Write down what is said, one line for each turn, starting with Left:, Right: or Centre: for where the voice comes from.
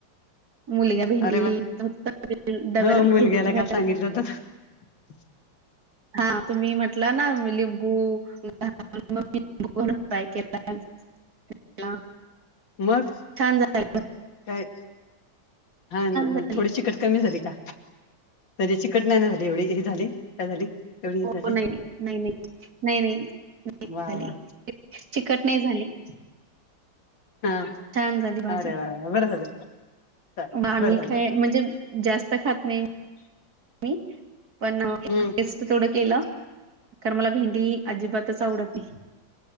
Right: मुलगा भेंडी
Left: अरे वा
Right: डब्याला
Left: हो मुलग्याला
Right: भेंडीची भज
Left: <unintelligible> <unintelligible>
Right: हा तुम्ही म्हटलं ना लिंबू माय केला केला.
Left: मग
Right: छान झा
Left: काय हा
Right: झाली
Left: म थोडीशी कट कमी झाली का नदीची कटना नाही झाली एवढी हे झाली काय झाली एवढी ही
Right: हो
Left: झाली
Right: नाही नाही नाही नाही नाहीली
Left: वा वा
Right: चिकट नाही झाली
Left: हा
Right: छान झाली भाजी
Left: अरे वा वा बरं झालं चाल
Right: आ्ही
Left: बरं झालं
Right: काय म्हणजे जास्त खात नाही मी पण
Left: हम्म
Right: टेस्ट थोडं केलं कारण मला भेंडी अजिबातच आवडत नाही